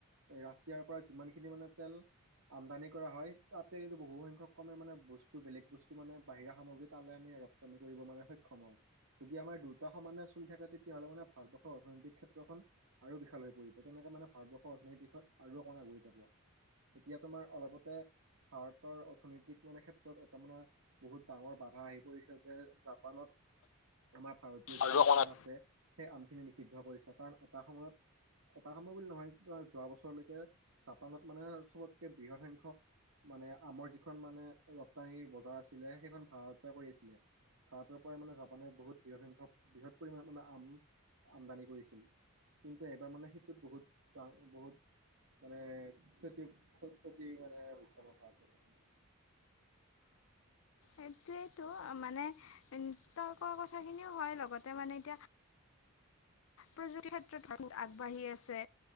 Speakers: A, on the right; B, on the left.
A: এই ৰাছিয়াৰ পৰা যিমানখিনি মানে তেল আমদানি কৰা হয় তাতে যটো বহু সংখ্যক কমে মানে বস্তু বেলেগ বস্তু মানে বাহিৰা সামগ্ৰী তালে আমি ৰপ্তানি কৰিব মানে সক্ষম হও যদি আমাৰ দুয়টা সমানে চলি থাকে তেতিয়াহ'লে মানে ভাৰবৰ্ষৰ অৰ্থনৈতিক ক্ষেত্ৰখন আৰু বিশাল হৈ পৰিব তেনে মানে ভাৰতবৰ্ষৰ অৰ্থনীতি দিয়ত আৰু অকণ আগুৱৰি যাব এতিয়া তোমাৰ অলপতে ভাৰতৰ অৰ্থনৈতিক মানে ক্ষেত্ৰত এটা মানে বহুত ডাঙৰ বাধা আহি পৰিছে যে জাপানত আমাৰ ভাৰতীয়
B: আৰু
A: যিখিনি
B: অকণমান
A: আম আছে। সেই আমখিনি নিষিদ্ধ কৰিছে কাৰণ এটা সময়ত। এটা সময় বুলি নহয় যোৱা বছৰলৈকে জাপানত মানে চবতকে বৃহৎ সংখ্যক। মানে আমৰ যিখন মানে ৰপ্তানি বজাৰ আছিলে সেইখন ভাৰতেতে কৰি আছিলে। ভাৰতৰ পৰাই মানে জাপানে বহুত বৃহৎ সংখ্যক বৃহৎ পৰিমাণে মানে আম আমদানি কৰিছিল। কিন্তু এবাৰ মানে সেইটোত বহুত ডা বহুত। মানে ক্ষতি ক্ষতি মানে হৈছে আমাৰ ভাৰতবৰ্ষখনত <unintelligible>
B: সেইটোৱেইটো মানে তইকোৱা কথাখিনিও হয় লগতে মানে এতিয়া।
A: <unintelligible>
B: প্ৰযুক্তিৰ ক্ষেত্ৰত ধৰ আগবাঢ়ি আছে